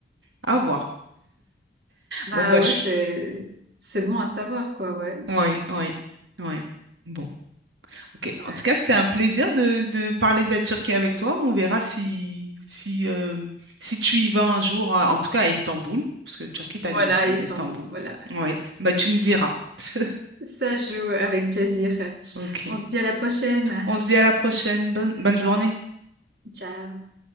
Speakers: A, on the right (about 80°); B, on the right (about 60°).
A: à voir.
B: Bah
A: Bon bah je.
B: ouais, c'est, c'est bon à savoir, quoi, ouais.
A: Oui, oui, oui. Bon. Ok.
B: Ouais.
A: En tout cas, c'était un plaisir de, de parler de la Turquie avec toi. On verra si, si, euh, si tu y vas un jour, à- en tout cas à Istanbul, parce que Turquie, t'as
B: Voilà,
A: déjà fait,
B: Istanbul,
A: mais Istanbul.
B: voilà.
A: Oui, bah, tu me diras. <laughs>
B: Ça joue avec plaisir.
A: Ok.
B: On se dit à la prochaine.
A: On se dit à la prochaine. Bonne, bonne journée.
B: Ciao.